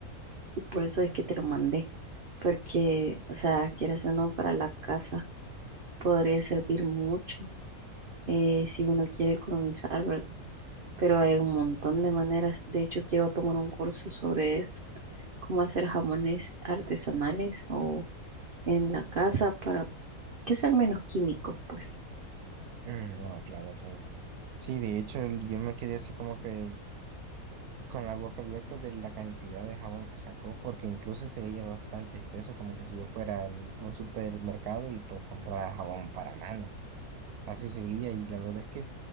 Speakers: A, on the right; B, on the right.
A: y por eso es que te lo mandé, porque, o sea, quieras o no, para la casa podría servir mucho eh, si uno quiere economizar, ¿verdad? pero hay un montón de maneras. De hecho, quiero tomar un curso sobre esto, cómo hacer jamones artesanales o en la casa para que sean menos químicos, pues.
B: Mm, No, claro, sí. Sí, de hecho, el- yo me quedé así como que con la boca abierta de la cantidad de jabón que sacó, porque incluso se veía bastante espeso, como que si yo fuera al- a un supermercado y pues comprara jabón para manos. Así se veía y la verdad es que